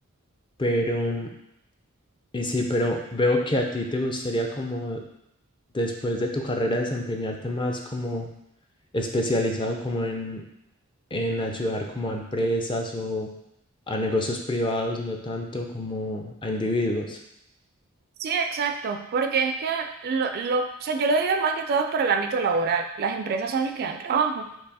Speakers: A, on the left; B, on the right.
A: pero, mm, y sí, pero veo que a ti te gustaría como después de tu carrera desempeñarte más como especializado como en en ayudar como a empresas o a negocios privados, no tanto como a individuos.
B: Sí, exacto, porque es que lo, lo, o sea, yo lo digo más que todo es por el ámbito laboral. Las empresas son las que dan trabajo.